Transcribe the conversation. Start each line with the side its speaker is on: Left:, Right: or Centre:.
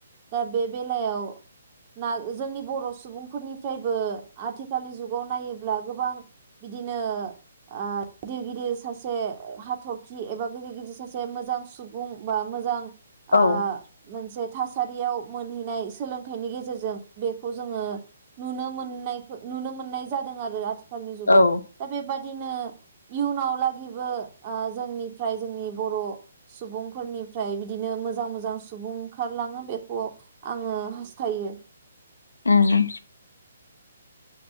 Right: दा बे बेलायाव ना जोंनि बर' सुबुंफोरनिफ्रायबो आथिखालनि जुगाव नायोब्ला गोबां बिदिनो गिदिर गिदिर सासे हाथरखि एबा गिदिर गिदिर सासे मोजां सुबुं बा मोजां आ
Left: औ
Right: मोनसे थासारियाव मोनहैनाय सोलों थायनि गेजेरजों बेखौ जोङो नुनो मोननाय नुनो मोननाय जादों आरो आथि आथिखालनि जुगाव
Left: औ
Right: दा बेबादि बिदिनो इयुनाव लागिबो जोंनिफ्राय जोंनि बर' सुबुंफोरनिफ्राय बिदिनो मोजां मोजां सुबुं ओंखारलाङो बेखौ आङो हास थायो
Left: ए